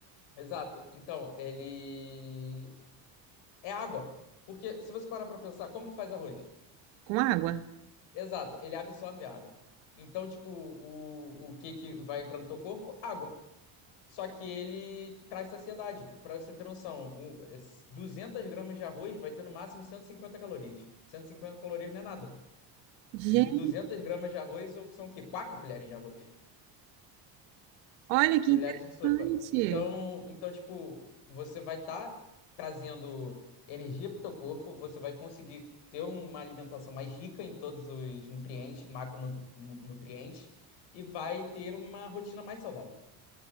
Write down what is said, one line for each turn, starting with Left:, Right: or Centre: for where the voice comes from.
Left: Exato. Então, ele. É água. Porque se você parar pra pensar, como que faz arroz?
Right: Com água.
Left: Exato, ele absorve a água. Então, tipo, o, o que que vai entrar no teu corpo? Água. Só que ele traz saciedade. Para você ter noção, o- es- gramas de arroz vai ter no máximo 150 calorias. cento e cinquenta calorias não é nada.
Right: Gente,
Left: E e 200 gramas de arroz ou- são o quê? 4 colheres de arroz.
Right: olha que
Left: Colheres
Right: interessante.
Left: de sopa. Então, então tipo, você vai estar trazendo energia para o teu corpo, você vai conseguir ter uma alimentação mais rica em todos os nutrientes, macronutrientes, e vai ter uma rotina mais saudável.